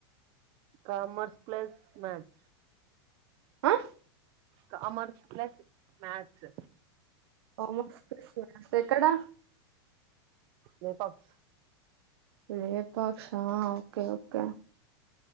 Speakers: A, on the right; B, on the right.
A: కామర్స్ ప్లస్ మ్యాచ్
B: ఆ
A: commerce plus maths
B: commerce plus maths ఎక్కడా
A: లేపాక్స్
B: లేపాక్ష ఓకే ఓకే